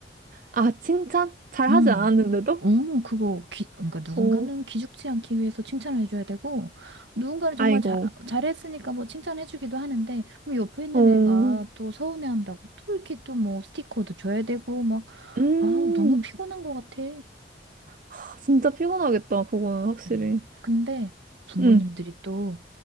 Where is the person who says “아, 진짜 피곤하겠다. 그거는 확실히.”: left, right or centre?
Right